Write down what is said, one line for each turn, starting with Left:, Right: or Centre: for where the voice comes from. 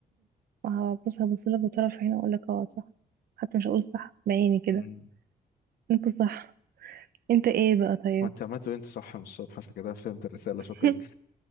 Right: هبص هبص لك بطرف عيني واقول لك اه صح حتى مش هقول صح بعيني كده
Left: مم.
Right: انت صح انت ايه بقى طيب
Left: ما انت عملت انت صح من الصبح عشان كده فهمت الرسالة شكرا
Right: <laughs>